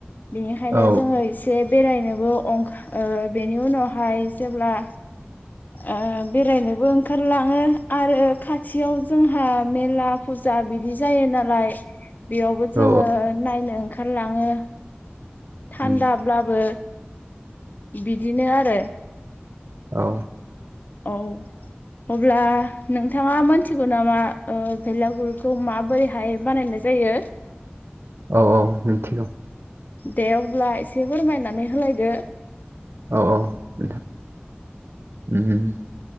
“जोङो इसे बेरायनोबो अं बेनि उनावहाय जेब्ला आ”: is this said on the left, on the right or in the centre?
Left